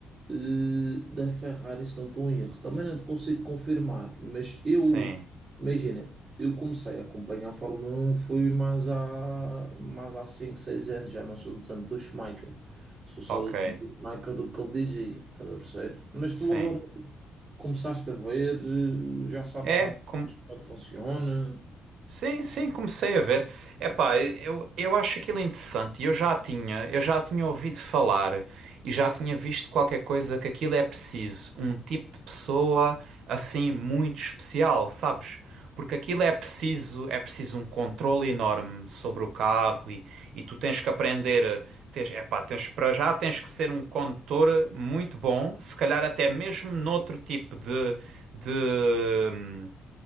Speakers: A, on the right (about 30°); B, on the right (about 70°).
A: eh, da Ferrari, se não estou em erro. Também não te consigo confirmar, mas eu,
B: Sim,
A: imagina, eu comecei a acompanhar a Fórmula 1, fui mais há, mais há 5 6 anos, já não sou do tempo do Schumacher. Sou só
B: ok,
A: do tempo do Schumacher do que ele dizia, estás a perceber? Mas
B: sim.
A: tu agora começaste a ver, eh, já sabes
B: É,
A: mais
B: como
A: como é que funciona.
B: Sim, sim, comecei a ver. Epá, eu, eu acho aquilo interessante. Eu já tinha, eu já tinha ouvido falar e já tinha visto qualquer coisa que aquilo é preciso, um tipo de pessoa assim muito especial, sabes? Porque aquilo é preciso, é preciso um controle enorme sobre o carro e, e tu tens que aprender, a- tens, epá, tens para já tens que ser um condutor muito bom, se calhar até mesmo noutro tipo de de